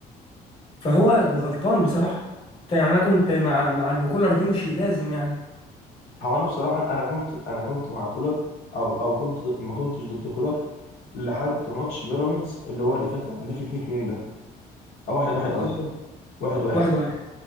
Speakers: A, on the left; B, on the left.
A: فهو غلطان بصراحه يعني انا كنت مع مع ان كولر يمشي لازم يعني
B: هو انا بصراحه انا كنت انا كنت مع كولر او او كنت ضد- ما كنتش ضد كولر لحد ماتش بيراميدز اللي هو اللي فات اللي فات 2 2 ده او 1 1 قصدي
A: آه،
B: 1 1
A: واحد واحد